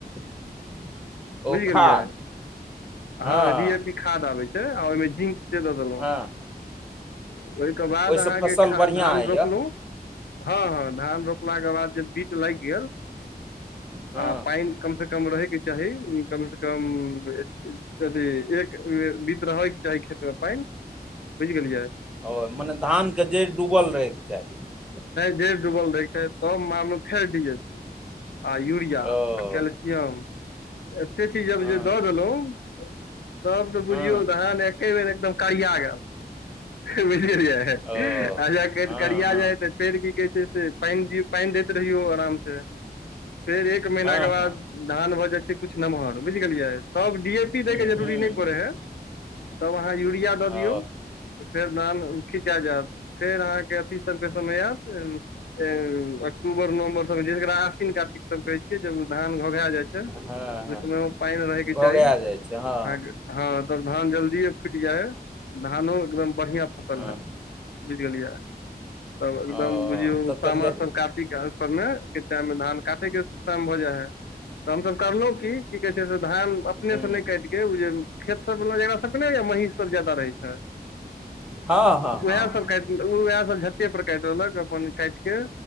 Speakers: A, in the centre; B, on the left (about 80°).
A: <inaudible>
B: बुझि
A: खाद
B: गेलियै
A: हँ
B: ह
A: हँ
B: डी ए पी खाद आबै छै ओहि जिंद से दऽ देलहु
A: हँ
B: ओहिके बाद
A: ओहिसँ
B: अहाँके
A: फसल
B: खाद
A: बढ़िआँ
B: धान
A: होइए
B: रोपलहुँ हँ हँ धान रोपलाक के बाद जे बीट लागि गेल
A: हँ
B: आ पानि कमसँ कम रहैके चाही कमसँ कम अथी एक बीत रहयके चाही खेतमे पानि बुझ गेललिय
A: ओ मने धानके जड़ि डूबल रहैके चाही
B: जे डुबल रहै छै तब मानलू फेर डी ऐ पी आ यूरिया आ
A: ओ
B: कैल्सियम एतेक चीज आब
A: हँ
B: जे दऽ देलहुँ तब तऽ बुझियौ
A: हँ
B: धहन एके बेर एकदम करिया गेल बुझियै
A: ओ
B: अच्छा
A: हँ
B: करिया
A: हँ
B: जाइ तऽ फेर की कहै छै से पानि दियौ पानि रहि आरामेर महीना
A: हँ
B: के बाद
A: हँ
B: धान भो जाइ छे किछु नमहर बुझि गेलियै तब डी ए पी
A: ह्म
B: दैके जरूरी
A: ह्म
B: नहि पड़ै
A: ह्म
B: हइ तब अहाँ यूरिया दऽ
A: ओ
B: दियौ तऽ फेर धान खीचा जायत फेर अहाँके अथी सभके समय आयत अक्टूबर नवम्बर सभ जेकरा आस्विन कार्तिक सभ कहै छियै जब ओ धान घघा जाइ छै ओहि
A: हँ हँ
B: समयमे पानि रहयके
A: घोघा
B: चाही अहाँके
A: जाइ छै हँ
B: हँ तब धान जल्दिए फुटि जाइ हइ धानो एकदम बढ़िआँ फसल
A: हँ
B: हइ बुझि गेलियै तब एकदम
A: हँ ओ
B: बुझियौ
A: तब
B: सामा
A: तऽ ले
B: सब काातिक क ने के टाइम मे धान काटे के टाइम भऽ जाइ है तऽ हमसभ करलहुँ की कहे छै से धान अपने
A: ह्म
B: से नहि काट के ओ जे खेत सब वाल ज सब अपने या महीष सब ज्यादा रहै छै
A: हँ हँ
B: वएह
A: हँ
B: सब
A: हँ
B: का ते पर काट दक अपन काट के